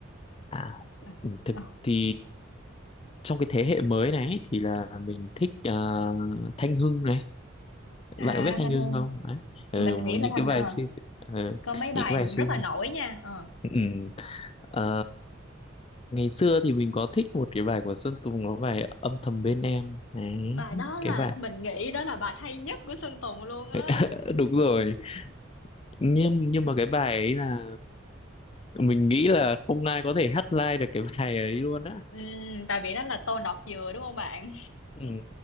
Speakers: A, on the left; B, on the left.
A: à,
B: Ờ.
A: thực
B: Ờ.
A: thì trong cái thế hệ mới này ấy, thì là mình thích à, Thanh Hưng này
B: À
A: bạn có biết Thanh
B: Thanh
A: Hưng
B: Hương,
A: không đấy ừ,
B: mình nghĩ là
A: những
B: Thanh
A: cái bài
B: ờ
A: suy ờ,
B: có mấy
A: những
B: bài
A: cái bài suy
B: rất là nổi nha. Ờ.
A: ừ. Ờ, ngày xưa thì mình có thích một cái bài của Sơn Tùng nó bài âm thầm bên em đấy
B: Bài đó là
A: cái bài
B: mình nghĩ đó là bài hay nhất của Sơn Tùng luôn á.
A: <laughs> đúng rồi nhưng nhưng mà cái bài ấy là mình nghĩ là không ai có thể hát live được cái bài ấy luôn á
B: Ừm, tại vì nó là tô đọt dừa đúng không bạn?
A: ừ,
B: <laughs>